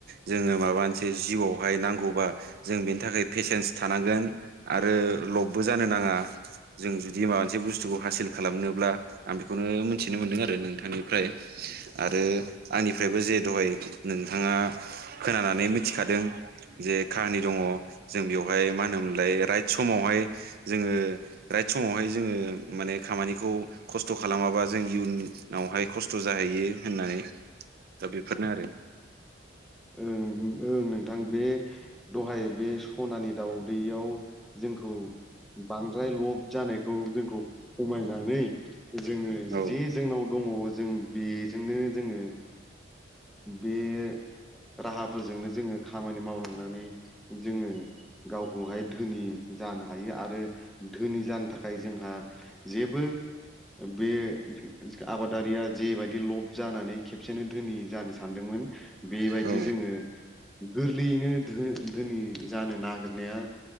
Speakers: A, on the right (about 50°); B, in the centre.
A: जोङो माबा मोनसे जिउआवहाय नांगौबा जों बेनि थाखाय पेसेनस थानांगोन आरो लबबो जानो नांआ जों जुदि माबा मोनसे बुसथुखो हासिल खालामनोब्ला आं बेखौनो मिथिनो मोनदों आरो नोंथांनिफ्राय आरो आंनिफ्राय निफ्रायबो जे दहाय नोंथाङा खोनानानै मिथिखादों । जे काहानि दङ जों बेवहाय मा होनोमोनलाय राइट समावहाय जोङो राय बे समावहाय जोङो । माने खामानिखौ खस्थ' खालामाबा जों इयुनावहाय खस्थ' जाहैयो होननानै । दा बेफोरनो आरो।
B: ओं ओं नोंथां बे दहाय बे सनानि दाउदैयाव । जोंखौ बांद्राय लब जानायखौ जोंखौ खमायनानै नै जोङो
A: औ
B: जे जोंनाव दङ जों बेजोंनो जोङो बे राहाफोरजोंनो जोङो खामानि मावलांनानै जोङो गावखौहाय धोनि जानो हायो आरो धोनि जानो थाखाय जोंहा जेबो । बे जे जे आबादारिया जेबायदि लब जानानै खेबसेनो धोनि जानो सानदोंमोन। बेबायदि
A: औ
B: जोङो । गोरलैयैनो धो धोनि जानो नागिरनाया